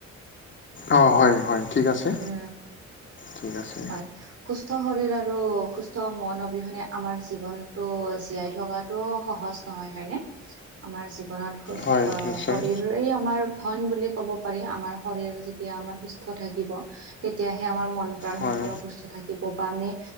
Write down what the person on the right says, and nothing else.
অ
হয় সুস্থ শৰীৰ আৰু সুস্থ মন অবিহনে আমাৰ জীৱনতটো জীয়াই থকাত ত সহজ নহয় হয় নে আমাৰ জীৱনত সুস্থ
শৰীৰ ৰে আমাৰ ধন বুলি ক'ব পাৰি আমাৰ শৰীৰ যেতিয়া আমাৰ সুস্থ থাকিব তেতিয়াহে আমাৰ মন প্ৰাণ
সকলো সুস্থ থাকিব বা আমি